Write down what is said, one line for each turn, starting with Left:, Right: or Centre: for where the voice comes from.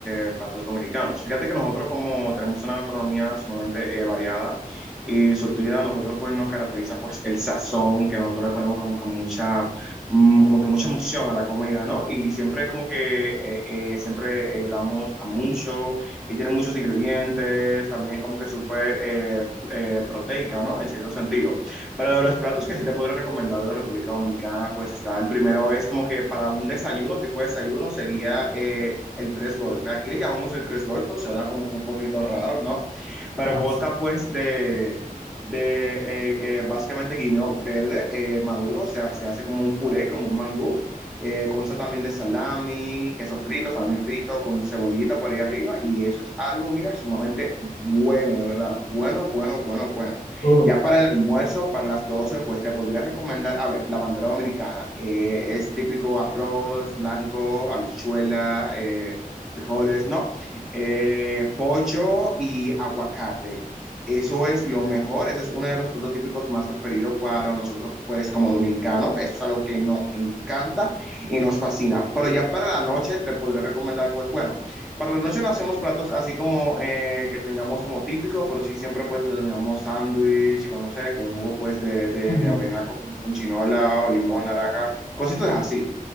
Centre: eh, platos dominicanos. Fíjate que nosotros como tenemos una gastronomía sumamente eh, variada y surtida, nosotros pues nos caracteriza pues el sazón que nosotros le ponemos como que mucha, mm, como que mucha emoción a la comida, ¿no? Y siempre como que eh, eh, siempre eh, damos a mucho y tiene muchos ingredientes, también es como que súper eh, eh, proteica, ¿no? En cierto sentido. Para los platos que sí te podré recomendar de la República Dominicana, pues está el primero es como que para un desayuno, tipo de desayuno, sería eh, el tres golpes. Aquí le llamamos el tres golpes, suena como que un poquito raro, ¿no? Pero
Left: Ah,
Centre: consta
Left: sí.
Centre: pues de, de eh, eh, básicamente guineo verde eh, maduro, o sea, se hace como un puré, como un mangú. Eh, consta también de salami, queso frito, salami frito con cebollita por ahí arriba y eso es algo, mira, sumamente bueno, de verdad, bueno, bueno, bueno, bueno.
Left: Oh,
Centre: Ya para el almuerzo, para las doce pues te podría recomendar, a ver, la bandera dominicana. eh, es típico arroz blanco, habichuela, eh, frijoles, ¿no? Eh, pollo y aguacate. Eso es lo mejor, eso es uno de los platos típicos más preferidos para nosotros, pues como dominicanos. Eso es algo que nos encanta y nos fascina. Pero ya para la noche te podría recomendar, pues bueno. Para la noche no hacemos platos así como eh, que tengamos como típico, pero sí siempre pues tengamos sándwich, con, no sé, con jugo pues de, de,
Left: ujú.
Centre: de avena con, con chinola o limón, naranja, cositas así.